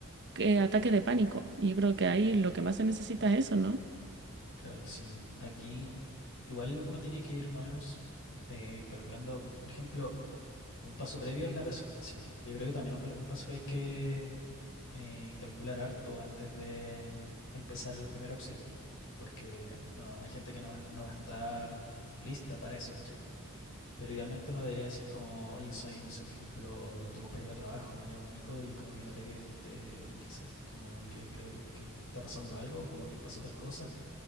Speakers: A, on the right; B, on the left.
A: eh, ataques de pánico. Y yo creo que ahí lo que más se necesita es eso, ¿no?
B: Claro, sí. Aquí igual uno tiene que ir más o menos eh, calculando, por ejemplo, un paso previo es la presentación, que yo creo que también un, un paso que hay que eh, calcular harto antes de empezar en los primeros auxilios, porque no, hay gente que no va, no va a estar lista para eso, ¿cachai? Pero idealmente uno debería decir como, oye, soy, no sé, por ejemplo, tu compañero de trabajo, me llamo Nico y como que noté que este, quizá, como que creo que está pasando algo, como que pasó tal cosa,